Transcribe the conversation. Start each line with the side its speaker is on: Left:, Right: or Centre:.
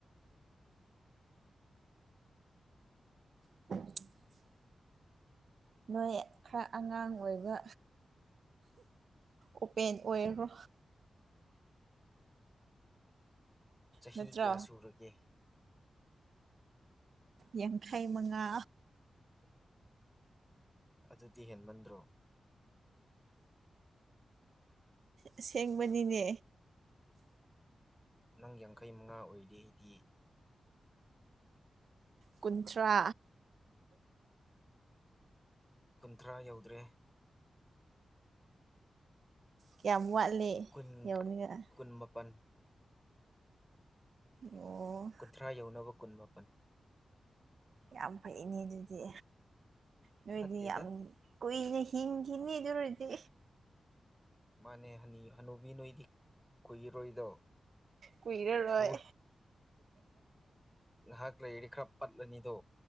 Right: <inaudible> ꯅꯣꯏ ꯈꯔ ꯑꯉꯥꯡ ꯑꯣꯏꯕ ꯑꯣꯄꯦꯟ ꯑꯣꯏꯈ꯭ꯔꯣ
Centre: ꯆꯍꯤ
Right: ꯅꯠꯇ꯭ꯔꯣ
Centre: ꯀꯌꯥ ꯁꯨꯔꯒꯦ
Right: ꯌꯥꯡꯈꯩ ꯃꯉꯥ
Centre: ꯑꯗꯨꯗꯤ ꯍꯦꯟꯃꯟꯗ꯭ꯔꯣ
Right: ꯑꯁꯦꯡꯕꯅꯤꯅꯦ
Centre: ꯅꯪ ꯌꯥꯡꯈꯩ ꯃꯉꯥ ꯑꯣꯏꯔꯤ ꯑꯩꯗꯤ
Right: ꯀꯨꯟꯊ꯭ꯔꯥ
Centre: ꯀꯨꯟꯊ꯭ꯔꯥ ꯌꯧꯗ꯭ꯔꯦ
Right: ꯀꯌꯥꯝ ꯋꯥꯠꯂꯤ
Centre: ꯀꯨꯟ
Right: ꯌꯧꯅꯤꯡꯉꯥꯢ
Centre: ꯀꯨꯟ ꯃꯥꯄꯟ
Right: ꯑꯣ
Centre: ꯊ꯭ꯔꯥ ꯌꯧꯅꯕ ꯀꯨꯟ ꯃꯥꯄꯟ
Right: ꯌꯥꯝ ꯐꯩꯅꯦ ꯑꯗꯨꯗꯤ ꯅꯣꯏꯗꯤ
Centre: ꯐꯠꯇꯦꯗ
Right: ꯌꯥꯝ ꯀꯨꯏꯅ ꯍꯤꯡꯈꯤꯅꯤ ꯑꯗꯨ ꯑꯣꯏꯗꯤ
Centre: ꯃꯥꯅꯦ ꯍꯅꯤ ꯍꯅꯨꯕꯤ ꯅꯣꯏꯗꯤ ꯀꯨꯏꯔꯔꯣꯏꯗꯣ
Right: ꯀꯨꯏꯔꯔꯣꯏ
Centre: ꯊꯨ ꯉꯍꯥꯛ ꯂꯩꯔꯗꯤ ꯈꯔ ꯄꯠꯂꯅꯤꯗꯣ